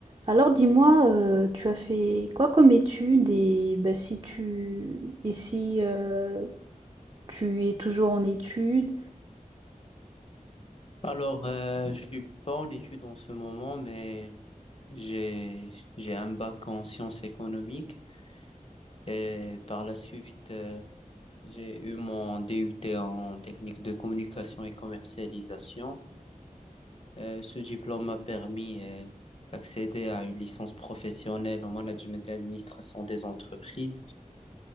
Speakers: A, on the right; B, on the left.
A: Alors dis-moi, heu, tu as fait quoi comme études et bah, si tu et si, heu, tu es toujours en études?
B: Alors, euh, je suis pas en études en ce moment, mais j'ai j'ai un bac en sciences économiques et par la suite euh, j'ai eu mon DUT en technique de communication et commercialisation. Euh, ce diplôme m'a permis euh, d'accéder à une licence professionnelle en management et administration des entreprises.